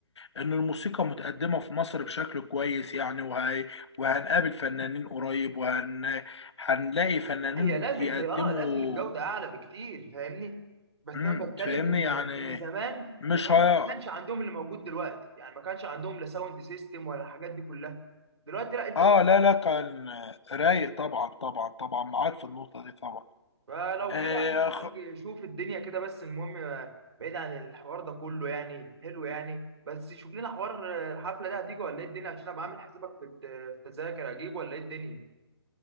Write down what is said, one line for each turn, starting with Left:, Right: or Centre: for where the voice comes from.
Left: ان الموسيقى متقدمه في مصر بشكل كويس يعني وهي وهنقابل فنانين قريب وهن هنلاقي فنانين
Right: لا هي لازم
Left: يقدموا
Right: ت... اه لازم الجودة اعلى بكتير فاهمني بس انا
Left: امم
Right: بتكلم
Left: تفهمني
Right: ان
Left: يعني
Right: ان زمان
Left: مش
Right: زمان
Left: هي
Right: ما كانش عندهم اللي موجود دلوقتي يعني ما كانش عندهم لا ساوند سيستم ولا الحاجات دي كلها دلوقتي لا انت
Left: اه
Right: مت...
Left: لا لا كان رايق طبعا طبعا طبعا معاك في النقطه دي طبعا
Right: فلو
Left: آه
Right: كده يا عم الحاج شوف الدنيا كده بس المهم آه، بعيد عن الحوار ده كله يعني حلو يعني بس شوف لنا حوار آه، الحفلة ده هتيجي ولا ايه الدنيا عشان ابقى عامل حسابك في الت- في التذاكر اجيب ولا ايه الدنيا